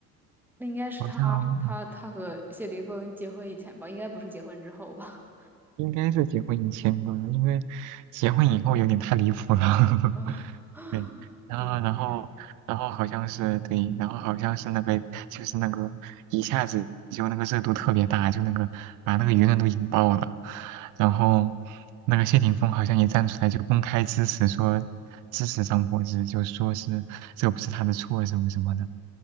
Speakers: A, in the centre; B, on the right.
A: 那应该是他他他和谢霆锋结婚以前吧，
B: 好像嗯
A: 应该不是结婚之后吧？
B: 应该是结婚以前吧，因为结婚以后有点太离谱了。
A: <laughs> 啊，
B: <laughs> 对，然后然后然后好像是对，
A: 的确。
B: 然后好像是那个就是那个一下子就那个热度特别大，就那个把那个舆论都引爆了。然后那个谢霆锋好像也站出来就公开支持说支持张柏芝，就说是这不是他的错什么什么的。